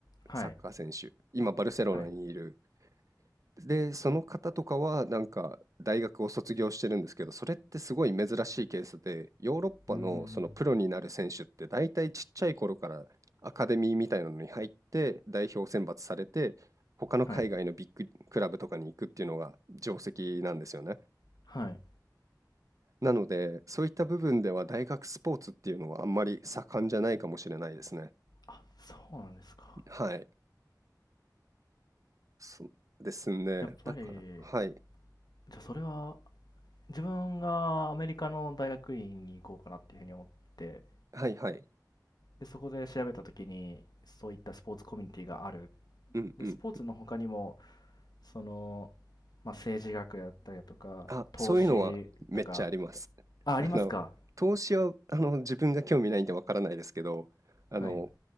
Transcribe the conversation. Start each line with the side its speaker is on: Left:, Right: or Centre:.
Left: はい。
Right: サッカー選手。今、バルセロナにいる。
Left: はい。
Right: で、その方とかは、なんか、大学を卒業してるんですけど、それってすごい珍しいケースで、ヨーロッパのそのプロになる選手って、
Left: うーん。
Right: 大体ちっちゃい頃からアカデミーみたいなのに入って、代表選抜されて、他の海外のビッグクラブとかに行くっていうのが定石なんですよね。
Left: はい。はい。
Right: なので、そういった部分では大学スポーツっていうのはあんまり盛んじゃないかもしれないですね。
Left: あ、そうなんですか。
Right: はい。そうですね。
Left: やっぱり、
Right: だから、はい。
Left: じゃあそれは、自分がアメリカの大学院に行こうかなっていうふうに思って
Right: はいはい。
Left: でそこで調べた時にそういったスポーツコミュニティがある
Right: うんうん。
Left: でスポーツの他にもその、まあ、政治学やったりだとか投資とか
Right: あ、そういうのはめっちゃあります。<laughs>
Left: あありますか
Right: あの、投資は、あの、自分が興味ないんでわからないですけど、あの、
Left: はい